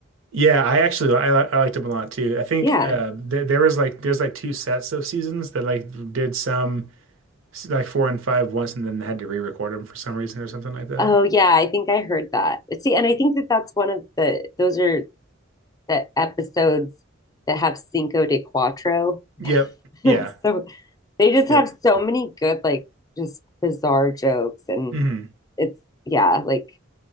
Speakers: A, on the right (about 80°); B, on the left (about 20°).
A: Yeah, I actually I, li- I liked them a lot too. I think
B: Yeah.
A: uh there, there was like there's like two sets of seasons that like did some like four and five once and then had to re-record them for some reason or something like that.
B: Oh yeah, I think I heard that. See, and I think that that's one of the those are the episodes that have Cinco de Cuatro.
A: Yep.
B: <laughs>
A: Yeah.
B: So they just
A: Yep.
B: have so many good like just bizarre jokes and
A: Mhm.
B: it's yeah, like